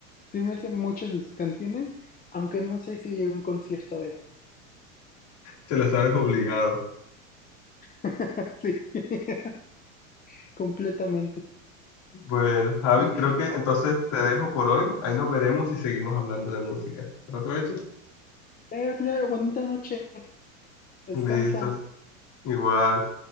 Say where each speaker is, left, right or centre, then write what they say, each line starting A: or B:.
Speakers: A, on the left; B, on the left.
A: sí me sé muchas de sus canciones, aunque no sé si iría a un concierto de él.
B: te la sabes obligado.
A: <laughs> Sí, <laughs> completamente.
B: Bueno, Javi,
A: Como,
B: creo que entonces te dejo por hoy. Ahí nos veremos y seguimos hablando de música. ¿Trato hecho?
A: "Eh, claro, bonita noche, descansa.
B: Listos. Igual.